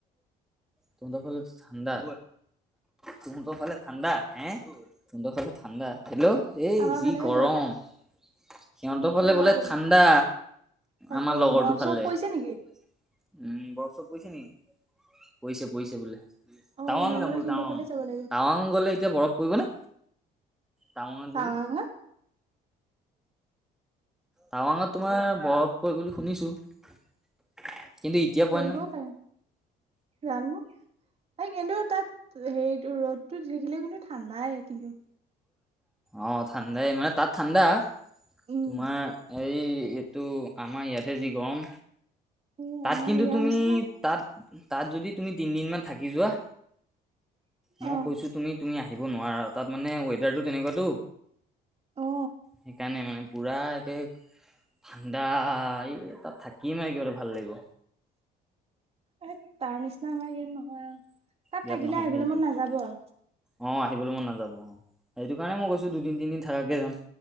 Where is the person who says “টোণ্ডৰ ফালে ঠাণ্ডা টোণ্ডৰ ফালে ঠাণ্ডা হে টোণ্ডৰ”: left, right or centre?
Centre